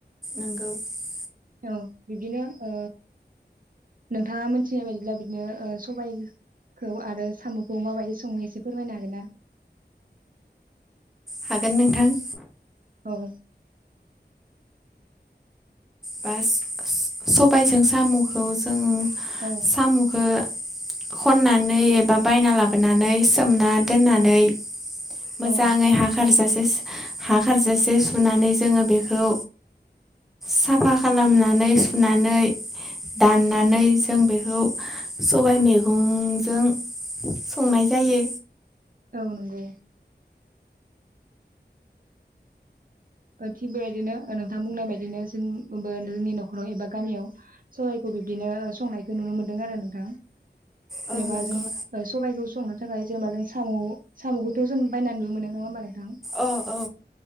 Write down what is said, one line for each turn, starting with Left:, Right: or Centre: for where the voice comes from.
Centre: <inaudible>
Right: औ बिदिनो ओ। नोंथाङा मिथिनाय बायदिब्ला बिदिनो ओ सबाय खौ आरो साम'खौ माबायदि सङो एसे फोरमायनो हागोन ना।
Centre: हागोन नोंथां।
Right: औ।
Centre: बास सबायजों साम'खौ जों
Right: औ
Centre: साम'खौ। खननानै एबा बायना लाबोनानै सोमना। दोननानै
Right: औ
Centre: मोजाङै
Right: औ
Centre: हा खारजासे। हा खारजासे सुनानै जोङो बेखौ। साफा खालामनानै सुनानै दाननानै
Right: औ
Centre: जों बे सबाइ मैगंजों संनाय जायो
Right: औ नंगौ थिग बेबायदिनो नोंथां बुंनाय बायदिनो जोंबो जोंनि न'खराव एबा गामियाव सबाइखौ बिबदिनो संनायखौ नुनो मोनदों आरो नोंथां
Centre: औ
Right: जेनेबा
Centre: नंगौ
Right: जों सबायखौ संनो था थाखाय जेनेबा जों साम' साम'खौथ' जों बायनानैबो मोन नङा होनबा नोंथां
Centre: अ औ